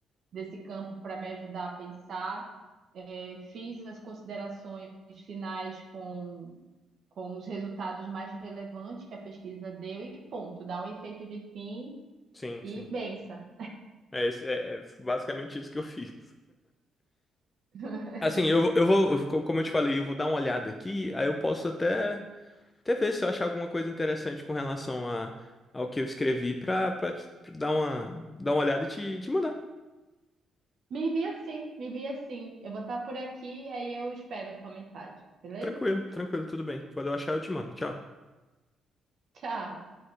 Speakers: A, on the right; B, on the left.
A: desse campo para me ajudar a pensar. É, fiz as considerações finais com, com os resultados mais relevantes que a pesquisa deu e ponto, dá um efeito de fim
B: Sim,
A: e
B: sim.
A: bença.
B: É, isso- é é basicamente isso que eu fiz.
A: <laughs>
B: Assim, eu, eu vou, como eu te falei, eu vou dar uma olhada aqui, aí eu posso até Até ver se eu achar alguma coisa interessante com relação a, ao que eu escrevi pra, pra te- pra dar uma, dar uma olhada e te, te mandar.
A: me envia sim, me envia sim. Eu vou estar por aqui, aí eu espero a tua mensagem, beleza?
B: Tranquilo, tranquilo, tudo bem. Quando eu achar, eu te mando. Tchau.
A: Tchau!